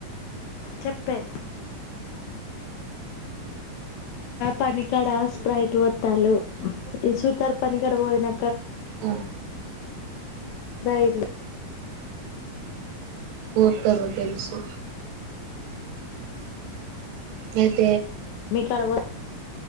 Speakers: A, on the left (about 80°); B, on the right (about 80°).
A: చెప్పే పని కాడ స్ప్రైట్ పోత్తాలు ఈ సూతారు పని కాడ పోయినా
B: అ
A: రైల్
B: పోతరు తెలుసు వే
A: మీ కాడ వ